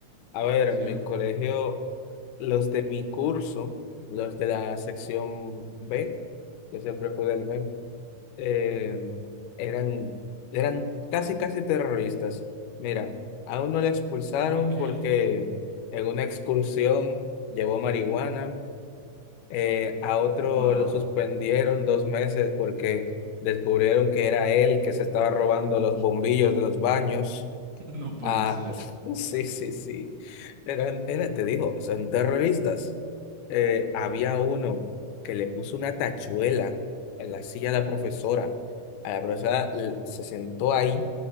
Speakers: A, on the left (about 85°); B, on the right (about 55°).
A: A ver,
B: Sí.
A: en mi colegio, los de mi curso, los de la sección B, yo siempre fui del B, eh, eran, eran casi, casi terroristas. Mira, a uno le expulsaron
B: Ok.
A: porque en una excursión llevó marihuana, eh, a otro
B: Wow.
A: lo suspendieron dos meses porque descubrieron que era él que se estaba robando los bombillos de los baños.
B: <laughs> No puede
A: Ah,
B: ser.
A: <laughs> sí, sí, sí. Eran, era, te digo, son terroristas. Eh, había uno que le puso una tachuela en la silla de la profesora. A la profesora l- se sentó ahí.